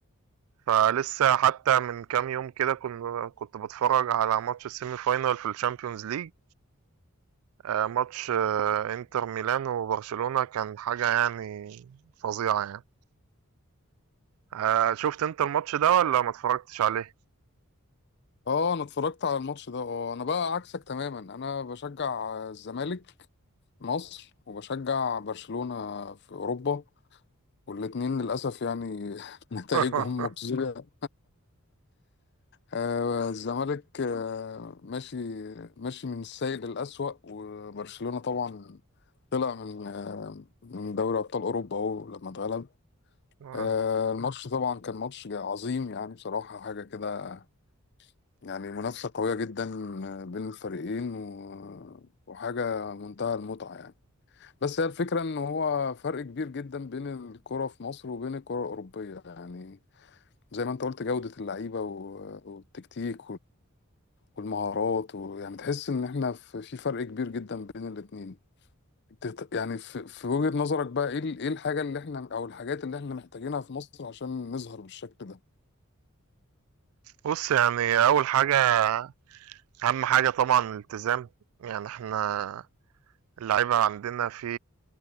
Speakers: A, on the right (about 75°); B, on the left (about 50°).
A: فلسه حتى من كام يوم كده كنت كنت بتفرج على ماتش السيمي فاينال في الشامبيونز ليج آه، ماتش آه، انتر ميلان وبرشلونة كان حاجة يعني فظيعة يعني آه، شفت انت الماتش ده ولا ما اتفرجتش عليه؟
B: آه أنا اتفرجت على الماتش ده آه أنا بقى عكسك تماما أنا بشجع الزمالك مصر وبشجع برشلونة في أوروبا والاتنين للأسف يعني <laughs> نتائجهم
A: <laughs>
B: مخزية آه، الزمالك آه، ماشي ماشي من السيء للأسوأ وبرشلونة طبعا طلع من آه، من دوري أبطال أوروبا أهو لما اتغلب
A: آه.
B: آه، الماتش طبعا كان ماتش عظيم يعني بصراحة حاجة كده يعني منافسة قوية جدا آه، بين الفريقين و- وحاجة منتهى المتعة يعني بس هي الفكرة إن هو فرق كبير جدا بين الكرة في مصر وبين الكرة الأوروبية يعني زي ما انت قلت جودة اللعيبة و- والتكتيك والمهارات ويعني تحس ان احنا في في فرق كبير جدا بين الاتنين تت- يعني في, في وجهة نظرك بقى ايه ال- ايه الحاجة اللي احنا او الحاجات اللي احنا محتاجينها في مصر عشان نظهر بالشكل ده
A: بص يعني أول حاجة أهم حاجة طبعا الالتزام يعني احنا اللعيبة عندنا في